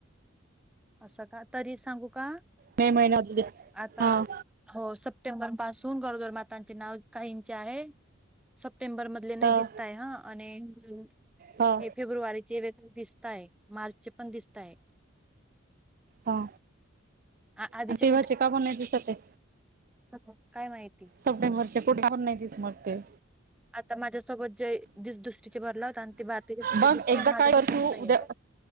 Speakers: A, in the centre; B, on the right (about 45°).
A: असं का? तरी सांगू का?
B: मे महिन्यातली
A: आता,
B: हा
A: हो सप्टेंबर पासून गरोदर मा त्यांचे नाव काहींचे आहे, सब सप्टेंबर मधले नाही
B: तर
A: दिसताय हं आणि जून
B: हा
A: हे फेब्रुवारीचे वेगळे दिसता ताये मार्च चे पण दिसताय.
B: हा,
A: आ- आधीचे
B: अन तेव्हाचे काबार नाय दिसतये?
A: अच्छा. काय माहिती?
B: सप्टेंबरच्या कुठे पण नाही दिसत मग ते.
A: आता माझ्यासोबत जे दिस दुस तीच भरला होता. अन ती भारती गं तिच
B: बघ
A: दिसतोय
B: एकदा काय
A: माझं
B: कर
A: दिसत
B: तू
A: नाही
B: उद्या
A: गं.